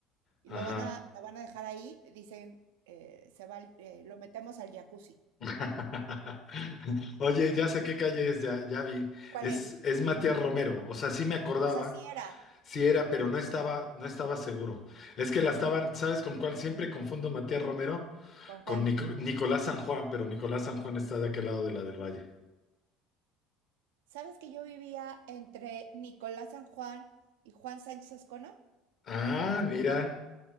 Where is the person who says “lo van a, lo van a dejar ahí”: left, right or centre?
Right